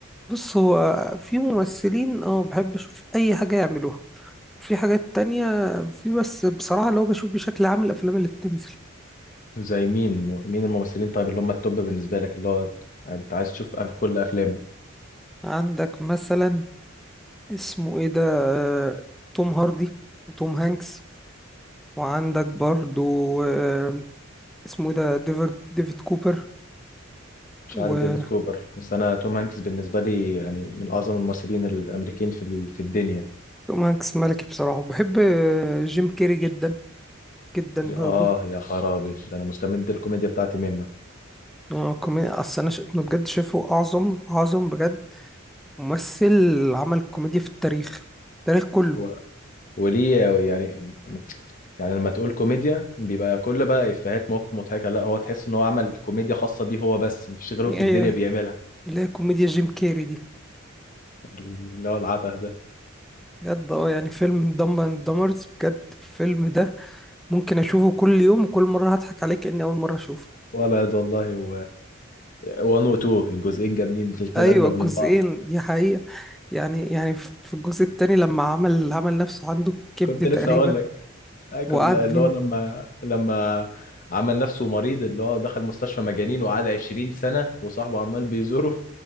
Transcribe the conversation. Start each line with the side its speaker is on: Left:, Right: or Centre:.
Centre: بص هو في ممثلين اه بحب أشوف أي حاجة يعملوها في حاجات تانية في بس بصراحة اللي هو بشوف بشكل عام الأفلام اللي بتنزل
Left: زي مين مين الممثلين طيب اللي هم التوب بالنسبه لك اللي هو يعني انت عايز تشوف أف- كل افلامه
Centre: عندك مثلا اسمه إيه ده آه، توم هاردي وتوم هانكس وعندك برضو آه، اسمه إيه ده ديفيد ديفيد كوبر
Left: مش
Centre: وتوم
Left: عارف ديفيد كوبر بس انا توم هانكس بالنسبه لي يعني من اعظم الممثلين الامريكين في ال- في الدنيا
Centre: هانكس ملكي بصراحة بحب آه، جيم كيري جدا جدا برضو
Left: اه يا خرابي ده انا مستمد الكوميديا بتاعتي منه
Centre: اه كوميديا اصل انا ش... إنه بجد شايفه اعظم اعظم بجد ممثل عمل كوميديا في التاريخ التاريخ كله
Left: هو وليه يعني يعني لما تقول كوميديا بيبقى كل بقى افيهات مواقف مضحكه لا هو تحس ان هو عمل كوميديا خاصه بيه هو بس مفيش غيره
Centre: هي
Left: في الدنيا بيعملها
Centre: اللي هي كوميديا جيم كيري دي
Left: اللي هو العته ده
Centre: بجد اه يعني فيلم دمب اند دمرز بجد الفيلم ده ممكن اشوفه كل يوم وكل مره هضحك عليه كاني اول مره اشوفه
Left: ولد والله و 1 و 2 الجزئين جامدين الاثنين
Centre: ايوه
Left: اجمد
Centre: الجزئين
Left: من بعض
Centre: دي حقيقه يعني يعني في في الجزء التاني لما عمل عمل نفسه عنده كبد
Left: كنت
Centre: تقريبا
Left: لسه اقول ايوه
Centre: وقعد
Left: اللي
Centre: بي
Left: هو لما لما عمل نفسه مريض اللي هو دخل مستشفى مجانين وقعد 20 سنة وصاحبه عمال بيزوره